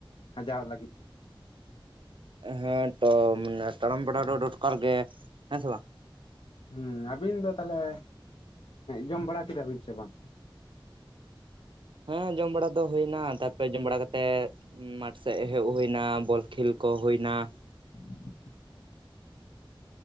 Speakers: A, on the left; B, on the right.
A: ᱦᱟᱡᱟᱣ ᱞᱟᱹᱜᱤᱫ ᱾
B: ᱦᱮᱸ ᱛᱚ ᱢᱟᱱᱮ ᱛᱟᱲᱟᱢ ᱵᱟᱲᱟ ᱫᱚ ᱫᱚᱨᱠᱟᱨ ᱜᱮ ᱾ ᱦᱮᱸ ᱥᱮ ᱵᱟᱝ?
A: ᱦᱩᱸᱢ ᱟᱵᱤᱱ ᱫᱚ ᱛᱟᱦᱞᱮ ᱡᱚᱢ ᱵᱟᱲᱟ ᱠᱮᱫᱟ ᱵᱤᱱ ᱥᱮ ᱵᱟᱝ?
B: ᱦᱮᱸ ᱡᱚᱢ ᱵᱟᱲᱟ ᱫᱚ ᱦᱩᱭᱮᱱᱟ ᱛᱟᱨᱯᱚᱨᱮ ᱡᱚᱢ ᱵᱟᱲᱟ ᱠᱟᱛᱮᱫ ᱼᱼ ᱢᱟᱴᱷ ᱥᱮᱫ ᱦᱮᱡ ᱦᱩᱭᱱᱟ ᱵᱚᱞ ᱠᱷᱮᱞ ᱠᱚ ᱦᱩᱭᱱᱟ ᱾
A: <inaudible>